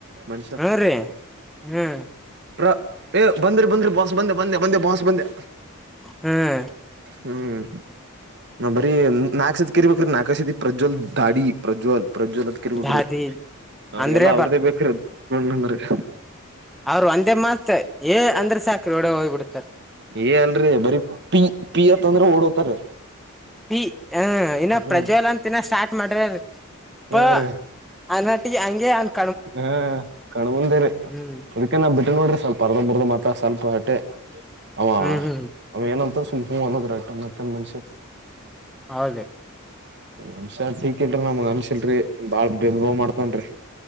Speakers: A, on the right; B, in the centre.
A: ಮನುಷ್ಯ
B: ಹ್ಮ ರೀ ಹ್ಮ್
A: ಪ್ರ ಎ ಬಂದ್ರ ಬಂದ್ರ ಬ ಂದ ಬಂದೆ ಬಾಸ್ ಬಂದೆ
B: ಹ್ಮ್
A: ಹ್ಮ್ ಬರಿೀ ನಾಾಗಸತಿ ಕರಿಬೇಕ್ರ ನಾಾಗ ಸತಿ ಪ್ರಜ್ವಲ್ ದಾಡಿ ಪ್ರಜ್ವಲ್ ಪ್ರಜ್ವಲದಕಿರ್ಬೇಕ್ರಿ
B: ದಾದಿ
A: ಅವ್ರಿಗೆಲ್ಲ
B: ಅಂದ್ರೆ
A: ಅವ್ರದೇ ಬೇಕ್ರಿ ನೋಂದ್ರಿ ಹಾ
B: ಅವರು ಒಂದೇ ಮಾತ್ ಏ ಅಂದ್ರೆ ಸಾಕ ಕ್ರೂಡೆ ಹೋಗಿಬ ಬಿಡ್ುತ್ತಾರೆ
A: ಏ ಅಲ್ರರಿ ಬರ ಪಿ ಪಿ ಅತ್ ಅಂದ್ರೆ ಓಡೋತಾರ
B: ಈ ಹ ಇನ್ನ
A: ಹ್ಮ
B: ಪ್ರಜೆಲ್ಲ ಅಂತಿನ ಸ್ಟಾರ್ಟ್ ಮಾಡ್ ಅಡ
A: ಹಾ
B: ಪ್ಪ
A: ರೀ
B: ಅನಾಟಿಗೆ ಹಂಗೆ ಅಂತ
A: ಹಾ ಕಣಬಂದೇರಿ
B: ಹ್ಮ್
A: ಅದಕ್ಕೆ ನಾ್ ಬಿಟ್ಟ ನೋಡ್ರಿ ಸ್ವಲ್ಪ ಅರ್ಧ ಬರ್ದ ಮತ್ರ ಸ್ವಲ್ಪ ಹೊಟ್ಟೆ ಅವ
B: ಹ್ಮ್ ಹ್ಮ್
A: ಆ ಏನಂತ ಸುಮ್ ಹೂ ಅನ್ನೋದ್ರ ಸನಾತನ್ ಮನಷ
B: ಹೌದ
A: ಮನ್ಷ್ಯ ಟೀಕ್ ಇಲ್ರರಿ ನಮ್ಗ ಮನ್ಷ ಇಲ್ರರಿ ಬಾಳ್ ಭೇದ್ ಭಾವ್ ಮಾಡ್ತನ್ರಿ